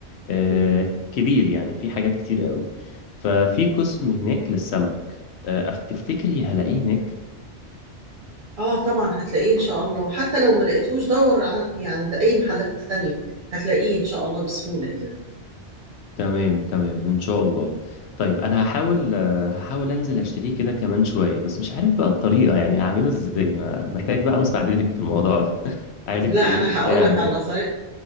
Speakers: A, on the left; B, on the right.
A: آه،
B: مم.
A: كبير يعني في حاجات كتير قوي ففي قسم هناك للسمك آه، أف- تفتكري هلاقيه هناك؟
B: اه طبعا هتلاقيه ان شاء الله وحتى لو ما لقيتهوش دور عن- يعني عند اي محلات تانية هتلاقيه ان شاء الله بسهولة يعني
A: تمام تمام ان شاء الله طيب انا هحاول آه، هحاول انزل اشتريه كده كمان شويه بس مش عارف بقى الطريقه يعني اعمله ازاي ما- محتاج بقى مساعدتك في الموضوع ده <laughs> عايزك
B: لا
A: تقولي
B: انا
A: لي ازاي
B: هقول
A: اعمله
B: لك على طريقة